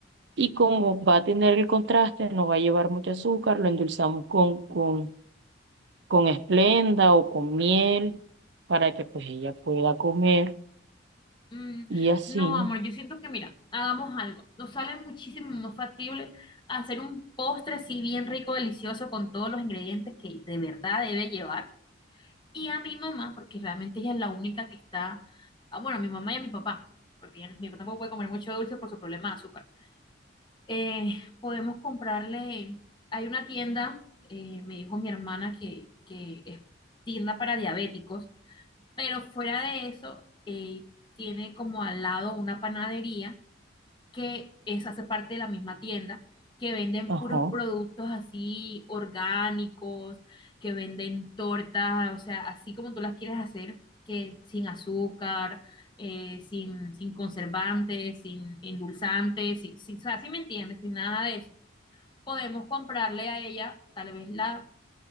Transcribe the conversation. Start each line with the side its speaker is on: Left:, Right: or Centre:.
Right: Y como va a tener el contraste, no va a llevar mucho azúcar, lo endulzamos con, con, con esplenda o con miel para que pues ella pueda comer
Left: mm,
Right: y así.
Left: no, amor, yo siento que mira, hagamos algo. Nos sale muchísimo más factible hacer un postre así bien rico, delicioso, con todos los ingredientes que de verdad debe llevar y a mi mamá, porque realmente ella es la única que está, ah, bueno, a mi mamá y a mi papá, porque ella- mi papá tampoco puede comer mucho dulce por su problema de azúcar. Eh, podemos comprarle, hay una tienda, eh, me dijo mi hermana que, que es tienda para diabéticos, pero fuera de eso, eh, tiene como al lado una panadería que es, hace parte de la misma tienda, que venden
Right: Ajá.
Left: puros productos así orgánicos, que venden tortas, o sea, así como tú las quieres hacer, que sin azúcar, eh, sin, sin conservantes, sin endulzantes, sin, sin- o sea, si me entiendes, sin nada de eso. Podemos comprarle a ella tal vez la,